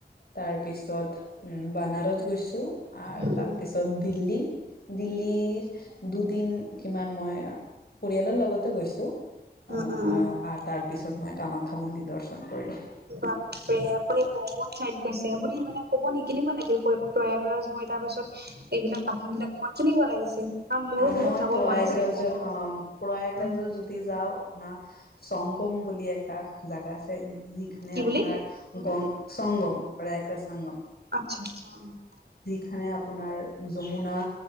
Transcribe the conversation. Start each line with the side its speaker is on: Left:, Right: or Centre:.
Left: তাৰ পিছত উ বানাৰত গৈছো আৰু
Right: উম
Left: তাৰ
Right: উম
Left: পিছত দিল্লী, দিল্লী দুদিন কিমান মই পৰিয়ালৰ লগতো গৈছো। অ
Right: উম উম
Left: আহ আৰু তাৰ পিছত মই কামাখ্যা মন্দিৰ দৰ্শন কৰিলো।
Right: বাপৰে আপুনি বহুত চাইড গৈছে আপুনি মানে ক'ব নেকি কেনেকুৱা লাগিল প্ৰয়াগৰাজ গৈ তাৰ পাছত এইবিলাক বাকী বিলাক গৈ কেনেকুৱা লাগিছে আৰু মোৰো
Left: মই
Right: বহুত যাব
Left: প্ৰয়াগৰাজত
Right: মন আছে
Left: হ প্ৰয়াগৰাজত
Right: উম
Left: যদি যাও আপোনাক সংগম বুলি এটা জাগা আছে। যিখানে
Right: কি
Left: আপোনাৰ
Right: বুলি
Left: গং সংগম প্ৰায়াগৰাজ সংগম
Right: <unintelligible>
Left: খানে আপোনাৰ যমুনা